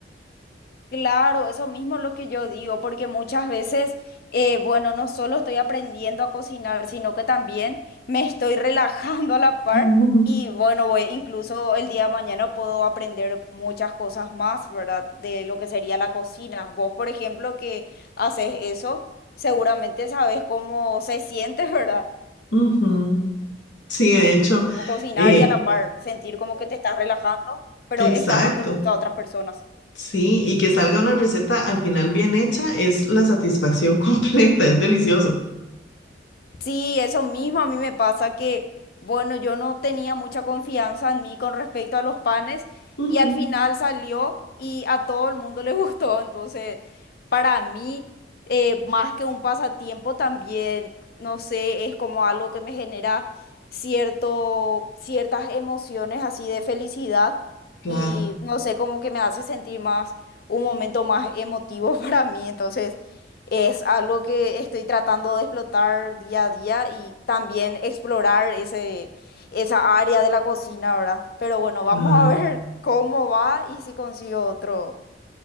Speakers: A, on the left; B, on the left.
A: Claro, eso mismo es lo que yo digo, porque muchas veces, eh, bueno, no solo estoy aprendiendo a cocinar, sino que también me estoy relajando a la par
B: <laughs> Ujú.
A: y bueno, voy- incluso el día de mañana puedo aprender muchas cosas más, ¿verdad? De lo que sería la cocina. Vos, por ejemplo, que haces eso, seguramente sabes cómo se siente, <laughs> ¿verdad?
B: Ujú. Sí, de hecho,
A: Cocinar
B: eh,
A: y a la par, sentir como que te estás relajando, pero
B: exacto.
A: estás dando el gusto a otras personas.
B: Sí, y que salga una receta al final bien hecha es la satisfacción <laughs> completa, es delicioso.
A: Sí, eso mismo a mí me pasa que, bueno, yo no tenía mucha confianza en mí con respecto a los panes
B: Ujú.
A: y al final salió y a todo el mundo le <laughs> gustó. Entonces, para mí, eh, más que un pasatiempo también, no sé, es como algo que me genera cierto, ciertas emociones así de felicidad
B: Claro.
A: y no sé, como que me hace sentir más, un momento más emotivo <laughs> para mí. Entonces... Es algo que estoy tratando de explotar día a día y también explorar ese, esa área de la cocina, ¿verdad? Pero bueno, vamos
B: Ay,
A: a <laughs> ver cómo va y si consigo otro,